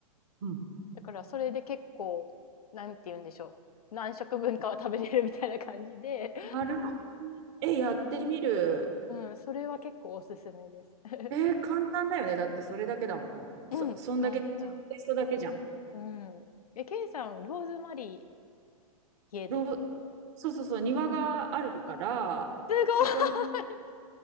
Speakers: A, on the right (about 50°); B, on the left (about 85°).
A: うん。
B: だからそれで結構なんて言うんでしょう何食分かは食べれるみたいな感じで、
A: なる。え、やってみる。
B: うん、それは結構おすすめです。<laughs>
A: えー簡単だよね。だってそれだけだもん。そ、
B: うん、
A: そんだけ、
B: 簡単。
A: テイストだけじゃん。
B: うん。え、ケイさん、ローズマリー家で。
A: ローそうそうそう、庭があるから、
B: あすごい
A: そこに